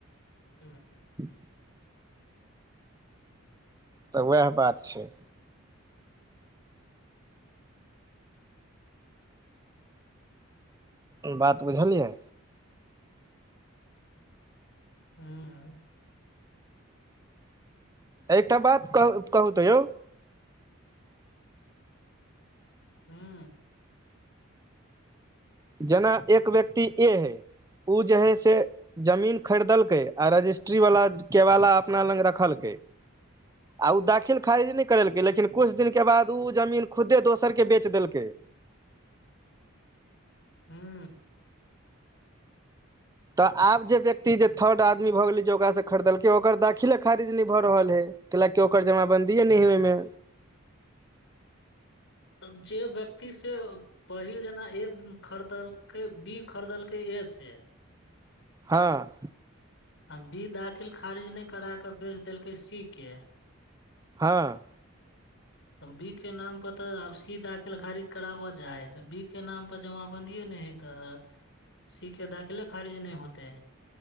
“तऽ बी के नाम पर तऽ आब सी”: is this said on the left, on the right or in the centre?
Left